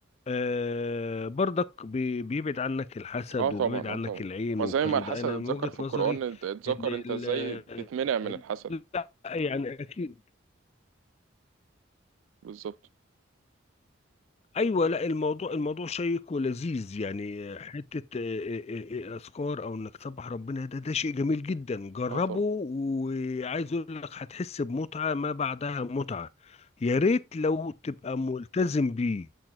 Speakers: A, on the left; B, on the right.
A: آه برضك بي- بيبعد عنك الحسد
B: أه طبعا
A: وبيبعد عنك
B: أه طبعا
A: العين
B: ما
A: والكلام
B: زي ما الحسد
A: ده انا
B: اتذكر
A: من وجهة
B: في القرآن
A: نظري
B: ات- اتذكر
A: ان ال-
B: أنت إزاي تتمنع من الحسد
A: لا يعني اكيد
B: بالظبط
A: ايوه لا الموضوع الموضوع شيق ولذيذ يعني حته آه، آه، آه، آه، اذكار او انك تسبح ربنا ده ده شيء جميل جدا جربه
B: أه طبعا
A: وعايز اقول لك هتحس بمتعه ما بعدها متعه يا ريت لو تبقى ملتزم بيه